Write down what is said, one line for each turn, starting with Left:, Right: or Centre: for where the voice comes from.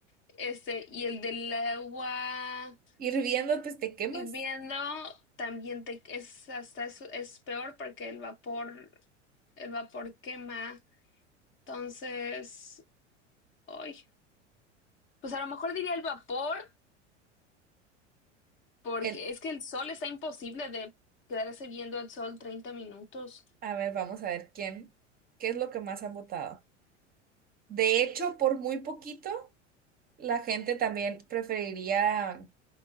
Left: Este, y el del agua,
Right: Hirviendo, pues te quemas.
Left: Hirviendo también te, es hasta es, es peor porque el vapor, el vapor quema. Entonces, ay, pues a lo mejor diría el vapor, porque
Right: El,
Left: es que el sol está imposible de quedarse viendo el sol 30 minutos.
Right: a ver, vamos a ver quién, qué es lo que más han votado. De hecho, por muy poquito, la gente también preferiría